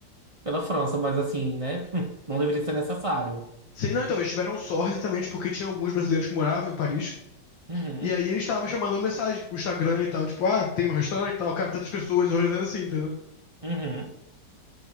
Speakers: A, on the right; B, on the left.
A: pela França, mas assim, né, <laughs> não deveria ser necessário.
B: Sim, não, então, eles tiveram sorte exatamente porque tinha alguns brasileiros que moravam em Paris.
A: Uhum,
B: E aí eles estavam chamando mensagem pro Instagram e tal, tipo, ah, tem um restaurante e tal, cabe tantas pessoas, organizando assim, entendeu?
A: uhum.